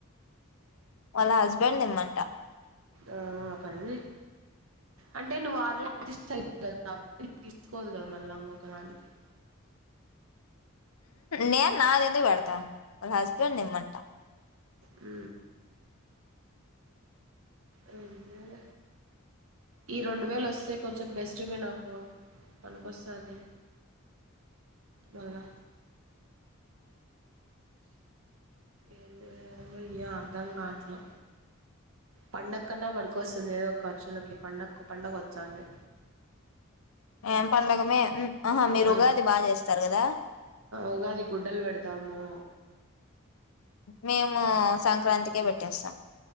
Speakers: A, on the left; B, on the right.
A: వాళ్ళ హస్ పెన్ ఈమంట
B: ఆ పనీచే అంటే నువ్వు <unintelligible> కదా తీసుకోదు కదా మళ్ళాంకొకదానికి
A: నేను నాది ఎందుకు పెడతా వల్ల హస్బెండ్ నిమ్మంటా
B: ఉ రెండు వేల ఈ రెండు వేలు వస్తే కొంచెం బెస్ట్మే నాకు పనికొస్థాది వెన్నా ఏం చేయాలో ఏం అర్థంకాట్లే పండకన్నా పడుకొస్తుంది ఏదో ఖర్చులకి పండకు పండగ వస్చంది
A: ఏం పండగ మే ఆహా మీరు
B: ఉగాది
A: బాగా చేస్తారు కదా
B: ఉగాది గుడ్డలు పెడతాము
A: మేము సంక్రాంతిికే పెట్టేస్తా